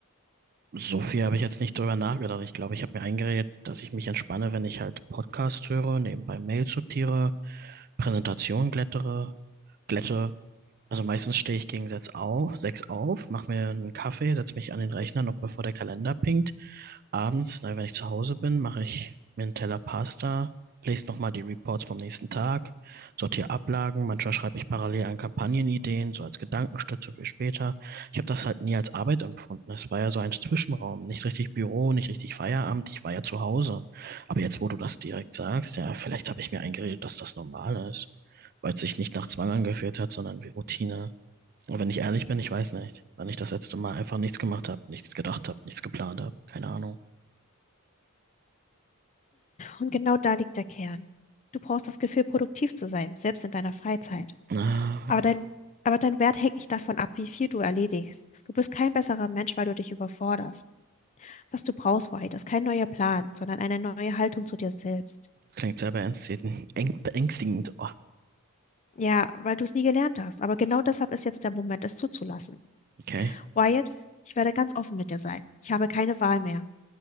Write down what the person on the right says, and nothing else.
so viel habe ich jetzt nicht drüber nachgedacht. Ich glaube, ich habe mir eingeredet, dass ich mich entspanne, wenn ich halt Podcasts höre, nebenbei Mails sortiere, Präsentationen glättere, glätte Also meistens stehe ich gegen sechs auf, sechs auf, mache mir einen Kaffee, setze mich an den Rechner, noch bevor der Kalender pinkt. Abends, na, wenn ich zu Hause bin, mache ich mir einen Teller Pasta, lese nochmal die Reports vom nächsten Tag, sortiere Ablagen, manchmal schreibe ich parallel an Kampagnenideen, so als Gedankenstütze für später. Ich habe das halt nie als Arbeit empfunden. Es war ja so ein Zwischenraum, nicht richtig Büro, nicht richtig Feierabend, ich war ja zu Hause. Aber jetzt, wo du das direkt sagst, ja, vielleicht habe ich mir eingeredet, dass das normal ist weil es sich nicht nach Zwang angefühlt hat, sondern wie Routine. Und wenn ich ehrlich bin, ich weiß nicht, wann ich das letzte Mal einfach nichts gemacht habe, nichts gedacht habe, nichts geplant habe, keine Ahnung.
Ah,
Das klingt sehr beängstigend. Eng- Beängstigend. Oh,
okay.